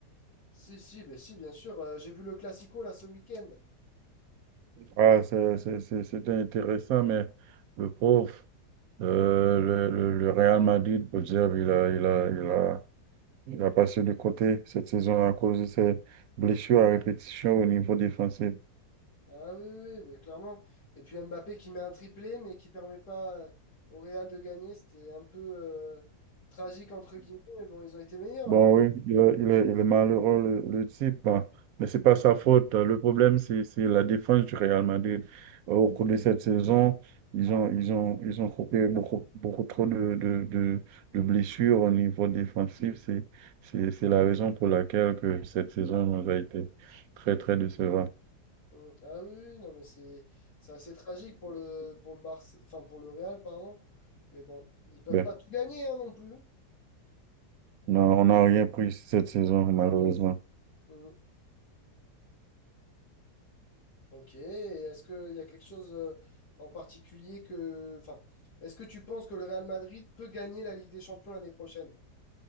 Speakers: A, on the left; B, on the right.
A: Si, si, ben si, bien sûr. euh, j'ai vu le Classico là ce week-end.
B: Ah, c'est- c'est- c'est- c'était intéressant, mais le pauvre, euh, le, le, le Real Madrid, pour dire, il a, il a, il a, il a passé de côté cette saison à cause de ses blessures à répétition au niveau défensif.
A: Ah oui, oui, oui, mais clairement. Et puis Mbappé qui met un triplé, mais qui permet pas euh, au Real de gagner. C'était un peu euh, tragique, entre guillemets, mais bon, ils ont été meilleurs,
B: Bon,
A: le Bar.
B: oui, il est, il est- il est malheureux, le, le type. hein. Mais c'est pas sa faute. hein. Le problème, c'est c'est la défense du Real Madrid. Au cours de cette saison, ils ont, ils ont, ils ont coupé beaucoup, beaucoup trop de, de, de, de blessures au niveau défensif. C'est, c'est, c'est la raison pour laquelle que cette saison nous a été très, très décevante.
A: Mm. Ah oui, oui, non, mais c'est c'est assez tragique pour le, pour le Barça, enfin, pour le Real, pardon. Mais bon, ils peuvent
B: Ben,
A: pas tout gagner, hein, non plus.
B: on n'a on n'a rien pris cette saison, malheureusement.
A: Mm. Ok, et est-ce qu'il y a quelque chose euh, en particulier que... Enfin, est-ce que tu penses que le Real Madrid peut gagner la Ligue des Champions l'année prochaine?